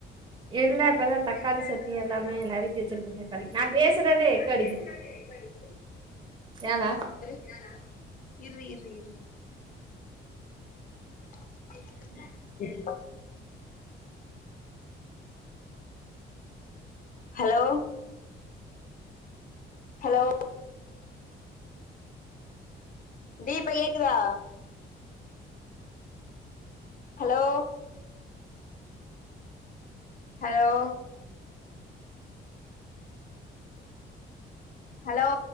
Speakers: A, on the right; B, on the left.
A: இல்ல இப்பதா தக்காளி
B: என்ன
A: சட்னி
B: அந்த
A: எல்லாமே
B: பட்டா சொல்ல
A: நறுக்கி
B: எல்லாமே
A: வச்சிருக்கே தக்காளி
B: ந பேசி
A: நா
B: சொல்லி
A: பேசுறதே
B: நா
A: எக்கோ
B: பேசுறதே எக்கோ அடிக்குது
A: ஏலே
B: ஏலோ இர்ரி இர்ரி இர்ரி <inaudible> ம் ஹலோ ஹலோ தீ இப்ப கேக்குதா ஹலோ ஹலோ ஹலோ